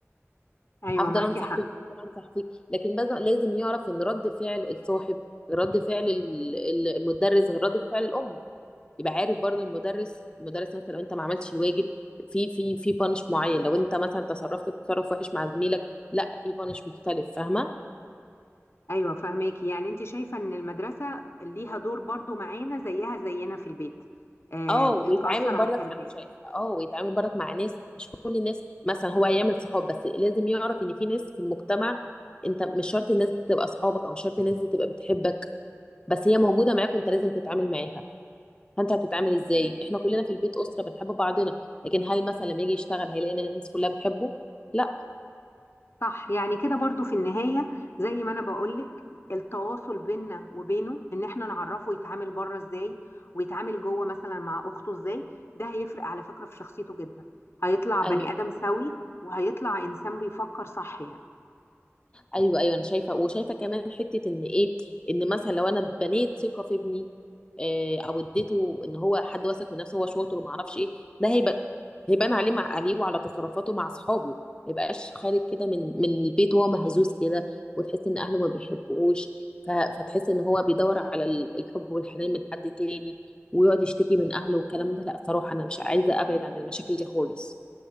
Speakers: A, on the left; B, on the left.
A: ايوه
B: هفضل
A: معاكي
B: انصح
A: حق
B: فيك هفضل انصح فيك لكن بس لازم يعرف ان رد فعل الصاحب غير رد فعل ال- ال- المدرس غير رد فعل الام يبقى عارف برضو المدرس المدرس مثلا لو انت ما عملتش الواجب في في في بانش معين لو انت مثلا تصرفت تصرف وحش مع زميلك لا في بانش مختلف فاهمه
A: ايوه فهماكي يعني انت شايفة ان المدرسة ليها دور برضو معانا زيها زينا في البيت آه
B: اه ويتعامل
A: بتأثر
B: برضك
A: على التربية
B: انا شايفه اه ويتعامل برضك مع ناس مش كل الناس مثلا هو هيعمل صحاب بس لازم يعرف ان في ناس في المجتمع انت مش شرط الناس دي تبقى اصحابك او مش شرط الناس دي تبقى بتحبك بس هي موجوده معاك وانت لازم تتعامل معاها فانت هتتعامل ازاي احنا كلنا في البيت اسره بنحب بعضنا لكن هل مثلا لما يجي يشتغل هيلاقي ان الناس كلها بتحبه لا
A: صح يعني كده برضو في النهاية زي ما أنا بقولك التواصل بيننا وبينه إن إحنا نعرفه يتعامل بره إزاي ويتعامل جوه مثلا مع أخته إزاي ده هيفرق على فكرة في شخصيته جدا هيطلع بني
B: أيوه.
A: آدم سوي وهيطلع إنسان بيفكر صح يعني
B: ايوه ايوه انا شايفه وشايفه كمان حته ان ايه ان مثلا لو انا بنيت ثقه في ابني آه، او اديته ان هو حد واثق من نفسه هو شاطر وما اعرفش ايه ده هيبقى هيبان عليه مع عليه وعلى تصرفاته مع اصحابه ما يبقاش خارج كده من من البيت وهو مهزوز كده وتحس ان اهله ما بيحبوش ف- فتحس ان هو بيدور على ال- الحب والحنان من حد تاني ويقعد يشتكي من اهله والكلام ده لا صراحه انا مش عايزه ابعد عن المشاكل دي خالص